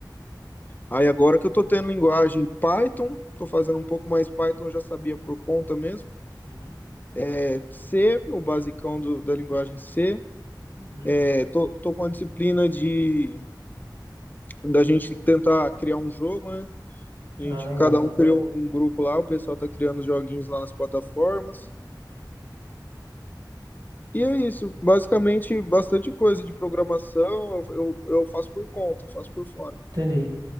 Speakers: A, on the left (about 25°); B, on the right (about 70°).
A: Aí agora que eu tô tendo linguagem Python, tô fazendo um pouco mais Python, já sabia por conta mesmo.
B: Uhum,
A: É C, o basicão do, da linguagem C.
B: uhum.
A: É, tô, tô com a disciplina de da gente tentar criar um jogo, né? A
B: Ah,
A: gente,
B: legal.
A: cada um criou um grupo lá, o pessoal tá criando os joguinhos lá nas plataformas. E é isso, basicamente bastante coisa de programação, eu, eu, eu faço por conta, faço por fora.
B: Entendi.